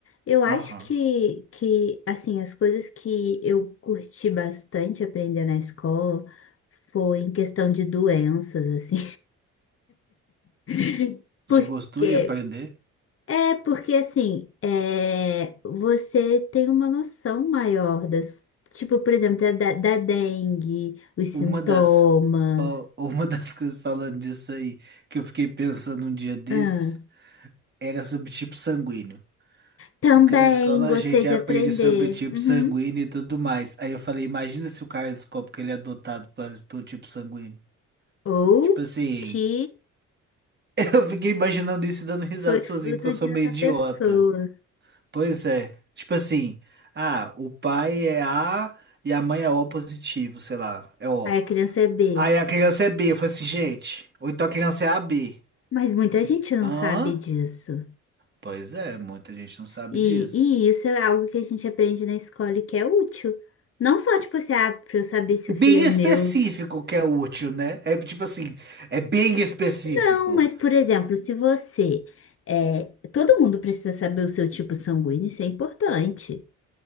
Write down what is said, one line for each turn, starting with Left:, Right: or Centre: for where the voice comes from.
Left: Eu acho
Right: Aham.
Left: que, que assim, as coisas que eu curti bastante aprender na escola foi em questão de doenças, assim. <laughs> Porque
Right: Se gostou de aprender,
Left: É, porque assim, é, você tem uma noção maior das, tipo, por exemplo, da, da, da dengue, os sintomas.
Right: uma das, ó, <laughs> uma das coisas falando disso aí, que eu fiquei pensando um dia desses,
Left: Ah,
Right: era sobre tipo sanguíneo.
Left: também
Right: Porque na escola
Left: gostei
Right: a gente
Left: de
Right: aprende
Left: aprender.
Right: sobre tipo
Left: Uhum.
Right: sanguíneo e tudo mais. Aí eu falei, imagina se o cara descobre que ele é adotado para- pelo tipo sanguíneo.
Left: Ou
Right: Tipo assim,
Left: que
Right: <laughs> Eu fiquei imaginando isso e dando risada
Left: foi
Right: sozinho,
Left: fruto
Right: porque eu sou
Left: de
Right: meio
Left: outra
Right: idiota.
Left: pessoa.
Right: Pois é. Tipo assim, ah, o pai é A e a mãe é O positivo, sei lá, é O.
Left: Aí a criança é B.
Right: Aí a criança é B. Eu falei assim, gente. Ou então a criança é A B
Left: Mas muita
Right: Assim,
Left: gente não
Right: hã?
Left: sabe disso.
Right: Pois é, muita gente não sabe
Left: E,
Right: disso.
Left: e isso é algo que a gente aprende na escola e que é útil. Não só, tipo assim, ah, pra eu saber se
Right: Bem
Left: o filho é
Right: específico
Left: meu.
Right: que é útil, né? É tipo assim, é bem específico.
Left: Não, mas, por exemplo, se você. é, todo mundo precisa saber o seu tipo sanguíneo, isso é importante.